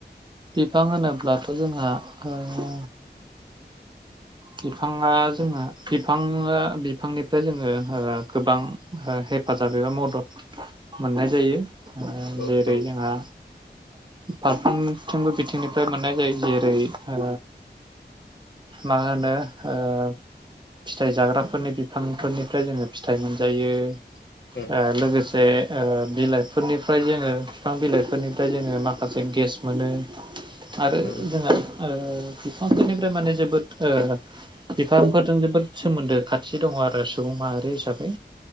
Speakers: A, on the right; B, on the left.
A: बिफां होनोब्लाथ जोंहा ओ बिफाङा जोहा बिफाङा बिफांनिफ्राय जोङो गोबां हेफाजाब एबा मदद मोननाय जायो ओ
B: औ
A: जेरै
B: औ
A: जोंहा फार-फ्रोमबो बिथिंनिफ्राय मोननाय जायो जेरै ओ मा होनो ओ फिथाइ जाग्राफोरनि बिफांफोरनिफ्राय जोङो फिथाइ मोनजायो ओ
B: उम
A: लोगोसे बिलाइफोरनिफ्राय ओ जोङो बिफां बिलाइफोरनिफ्राय जोङो माखासे गेस मोनो आरो
B: उम
A: जोंहा ओ बिफांफोरनिफ्राय माने जोबोद ओ बिफांफोरजों जोबोद सोमोन्दो खाथि दङ आरो सुबुं माहारि हिसाबै